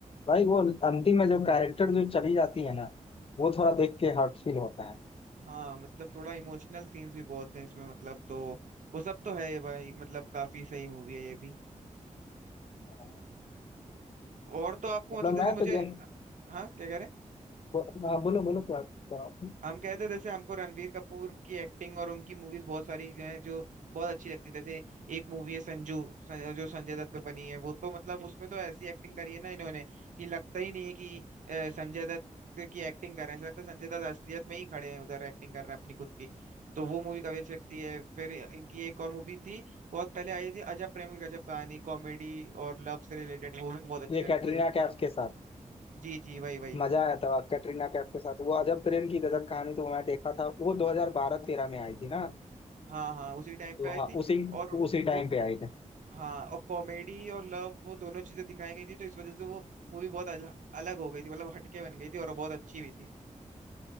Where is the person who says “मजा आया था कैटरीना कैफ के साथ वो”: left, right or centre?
Left